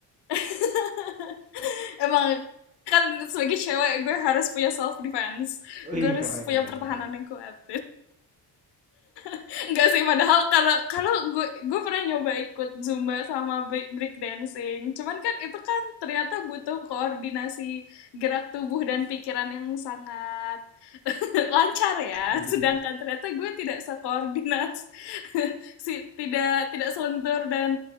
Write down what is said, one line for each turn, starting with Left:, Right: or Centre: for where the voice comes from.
Left: <laughs> Emang kan sebagai cewek gue harus punya self defense gue
Right: Wih,
Left: harus
Right: keren,
Left: punya
Right: keren,
Left: pertahanan
Right: keren.
Left: yang kuat <laughs> nggak sih padahal kalau kalau gue gue pernah nyoba ikut zumba sama break, break dancing cuman kan itu kan ternyata butuh koordinasi gerak tubuh dan pikiran yang sangat <laughs> lancar ya
Right: Iya,
Left: sedangkan ternyata gue tidak sekoordinat <laughs> si tidak tidak selentur dan